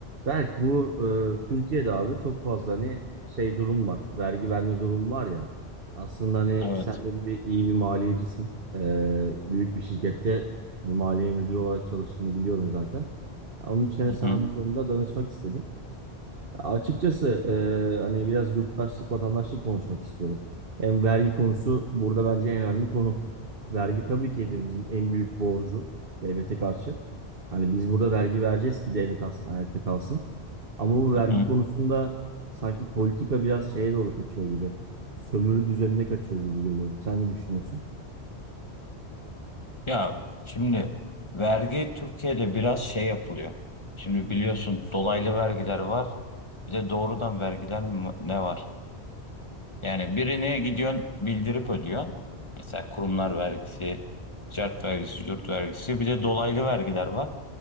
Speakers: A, on the right (about 55°); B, on the left (about 25°).
A: Berk bu e, Türkiye'de abi çok fazla hani şey durum var. Vergi verme durum var ya. Aslında hani
B: Evet.
A: sen de bir, iyi bir maliyecisin. E, büyük bir şirkette hani maliye müdürü olarak çalıştığını biliyorum zaten. Ya Onun için hani
B: Hı
A: sana
B: hı,
A: bu konuda danışmak istedim. Açıkçası e, hani biraz yurttaşlık, vatandaşlık konuşmak istiyorum. Hem vergi konusu burada bence en önemli konu. Vergi tabii ki hepimizin en büyük borcu devlete karşı. Hani biz burada vergi vereceğiz ki devlet aslında ayakta kalsın. Ama bu vergi
B: hı hı.
A: konusunda sanki politika biraz şeye doğru kaçıyor gibi. Sömürü düzenine kaçıyor gibi görüyorum. Sen ne düşünüyorsun?
B: Ya şimdi vergi Türkiye'de biraz şey yapılıyor. Şimdi biliyorsun dolaylı vergiler var. Bir de doğrudan vergiler mi- ne var? Yani birine gidiyorsun bildirip ödüyorsun. Mesela kurumlar vergisi, ticaret vergisi, yurt vergisi. Bir de dolaylı vergiler var.